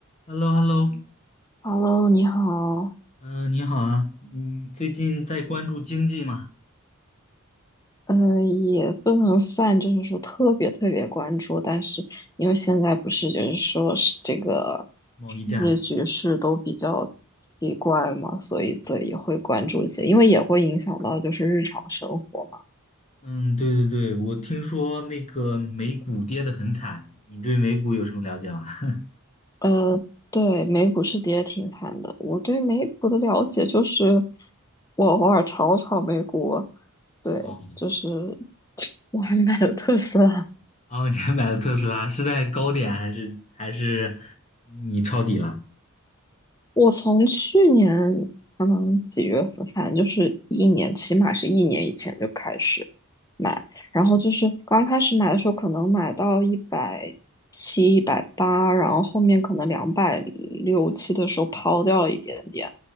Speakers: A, on the left; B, on the left.
A: h e l l o h e l l o
B: Hello，你好。
A: 嗯、你好啊，嗯，最近在关注经济吗？
B: 嗯，也不能算，就是说特别特别关注，但是因为现在不是就是说是这个
A: 贸易战，
B: 世界局势都比较奇怪嘛，所以对也会关注一些，因为也会影响到就是日常生活嘛。
A: 嗯，对对对，我听说那个美股跌得很惨，你对美股有什么了解吗？<laughs>
B: 呃，对，美股是跌挺惨的。我对美股的了解就是，我偶尔炒炒美股，对，
A: 哦，
B: 就是我还买了特斯拉。
A: 哦，你还买了特斯拉，是在高点还是还是你抄底了？
B: 我从去年可能几月份，反正就是一年，起码是一年以前就开始买，然后就是刚开始买的时候，可能买到一百七、一百八，然后后面可能两百六七的时候抛掉了一点点，